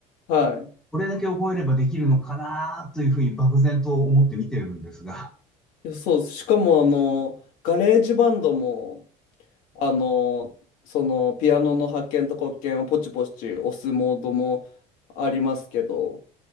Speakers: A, on the left; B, in the centre.
A: はい。
B: これだけ覚えればできるのかなというふうに漠然と思って見てるんですが、
A: いやそうしかも、あの、ガレージバンドも、あの、その、ピアノの発見と黒鍵をポチポチ押すモードもありますけど、